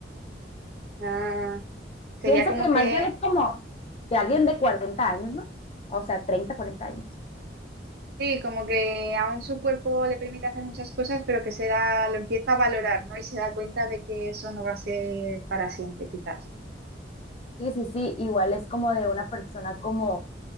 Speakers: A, on the right; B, on the left.
A: Ah, sería
B: Pienso
A: como
B: que más
A: que
B: bien es como de alguien de 40 años, ¿no? O sea, 30, 40 años.
A: Sí, como que aún su cuerpo le permite hacer muchas cosas, pero que se da, lo empieza a valorar, ¿no? Y se da cuenta de que eso no va a ser para siempre, quizás,
B: Sí, sí, sí,
A: ¿no?
B: igual es como de una persona como,